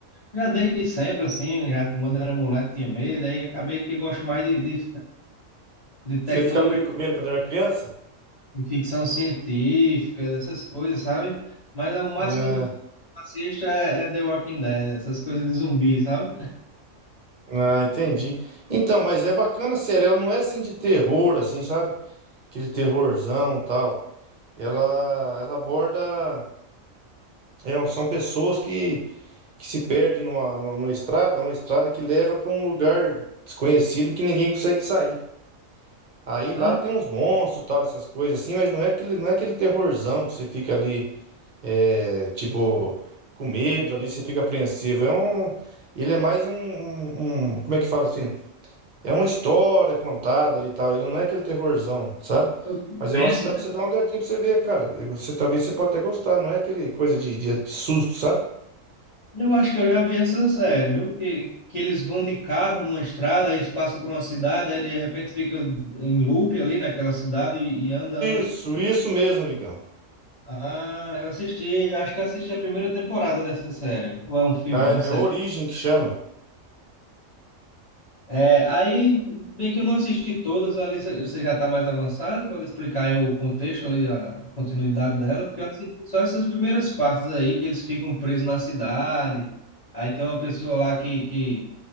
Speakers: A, on the left (about 40°); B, on the right (about 45°).
A: já desde sempre, assim, já quando era moleque tinha medo, aí acabei que gosto mais de, de, de
B: Você
A: tecnologia,
B: ficava meio com medo quando era criança?
A: de ficção científica, dessas coisas, sabe? Mas ao máximo
B: É,
A: do que eu assisto é, é The Walking Dead, essas coisas de zumbi, sabe?
B: ah, entendi. Então, mas é bacana a série, ela não é assim de terror, assim, sabe? Aquele terrorzão e tal. Ela, ela aborda. É, são pessoas que, que se perdem numa, numa numa estrada, uma estrada que leva pra um lugar desconhecido que ninguém consegue sair. Aí lá
A: Ah,
B: tem uns monstros, tal, essas coisas assim, mas não é aquele, não é aquele terrorzão que você fica ali, é, tipo, com medo ali, você fica apreensivo. É um, ele é mais um, um- um, como é que fala assim? É uma história contada ali e tal. Ele não é aquele terrorzão, sabe?
A: suspense,
B: Mas eu acho que dá
A: né?
B: pra você dar uma olhadinha pra você ver, cara. E Você, talvez você pode até gostar, não é aquele coisa de, de- de susto, sabe?
A: Eu acho que eu já vi essa série, viu? Que, que eles vão de carro numa estrada, aí eles passam por uma cidade, aí de repente fica em loop ali naquela cidade e, e anda, anda.
B: Isso, isso mesmo, amigão.
A: Ah, eu assisti, acho que eu assisti a primeira temporada dessa série. Ou é um filme,
B: É,
A: é uma série.
B: é Origem que chama.
A: É, aí, bem que eu não assisti todas, ali você você já está mais avançado, pode explicar aí o contexto ali, a continuidade dela, porque eu assisti só essas primeiras partes aí, que eles ficam presos na cidade, aí tem uma pessoa lá que, que